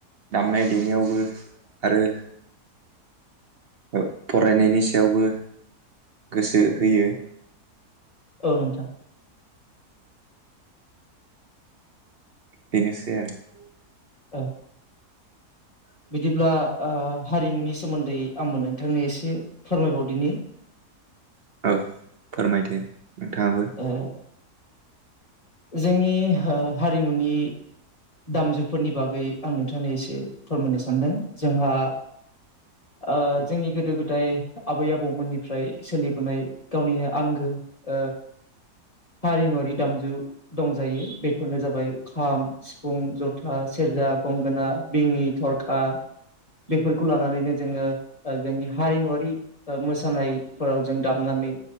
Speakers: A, on the right; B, on the left.
A: दामनाय- देनायावबो आरो । ओ फरायनायनि सायावबो गोसो होयो ।
B: औ नोंथां ।
A: बेनोसै आर ।
B: औ ।
A: <unintelligible>
B: बिदिब्ला ओ हारिमुनि सोमोन्दै आंबो नोंथांनो एसे फोरमायबावदिनि।
A: औ फोरमायदो नोंथांङाबो।
B: ओ जोंनि हा-हारिमुनि। दामजुफोरनि बागै आं नोंथांनो एसे फोरमायनो सानदों जोंहा। आ
A: औ
B: जोंनि गोदो- गोदाय। आबै आबौमोननिफ्राय सोलिबोनाय गावनिनो आंगो ओ। हारिमुआरि दामजु दंजायो बेफोरनो जाबाय खाम, सि सिफुं, जथा, सेरजा, गंगोना, बिङि, थरखा। बेफोरखौ लानानैनो जोंङो ओ जोंनि हारिमुवारि ओ मोसानायफोराव जों दामनानै।